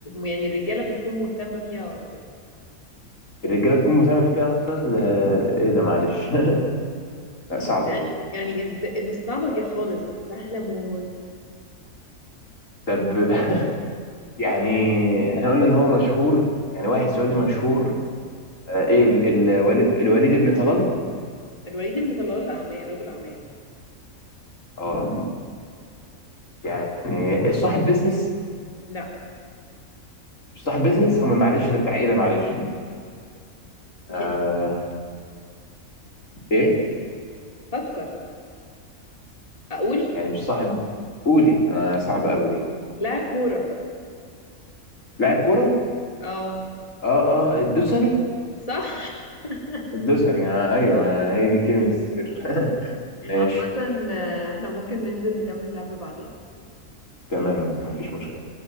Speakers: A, on the left (about 25°); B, on the left (about 65°).
A: يعني الرجالة بتكون مهتمة فيها أكتر
B: الرجاله بتكون مهتمه فيها اكتر ده ايه ده معلش <laughs> لا صعبه
A: يعني
B: دي
A: يعني إز... مش صعبة جا- خالص سهلة موت
B: طب <laughs> يعني احنا قلنا ان هو مشهور يعني واحد سعودي مشهور آه، ايه
A: أيوة
B: ال- ال- الولي- الوليد ابن طلال
A: الوليد بن طلال الأعمال رجل أعمال
B: اه يعني صاحب بيزنس
A: لا
B: مش صاحب بيزنس امال معلش ده بتاع ايه ده معلش آه
A: هي-
B: ايه
A: فكر اقول
B: يعني مش صاحب قولي انا صعبة قوي دي
A: لاعب كورة
B: لاعب كرة
A: اه
B: اه اه الدوسري
A: صح <laughs>
B: الدوسري آه ايوه هي دي كلمة السر <laughs> ماشي
A: عامة آه، احنا ممكن ننزل نكمل لعب بعدين
B: تمام مفيش مشكلة